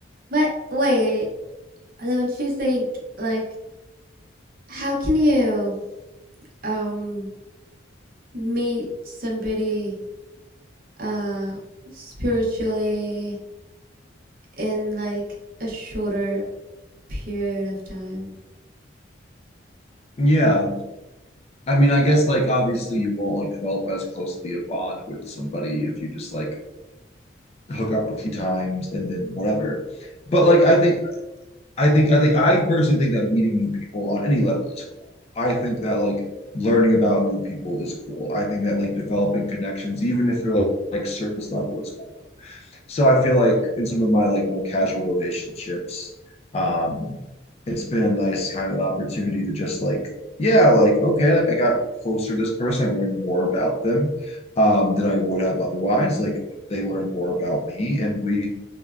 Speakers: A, on the right; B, on the left.
A: But wait, Don't you think, like, how can you um meet somebody uh spiritually in like a shorter period of time?
B: yeah I mean, I guess like obviously you won't like develop as closely a bond with somebody if you just like hook up a few times and then whatever. But like I think I think I think I personally think that meeting new people on any level is cool. I think that like learning about new people is cool. I think that like developing connections, even if they're like, like surface level, is cool. So I feel like in some of my like more casual relationships, um, it's been a nice kind of opportunity to just like, yeah, like okay, like I got closer to this person, I learned more about them um, than I would have otherwise. Like they learned more about me, and we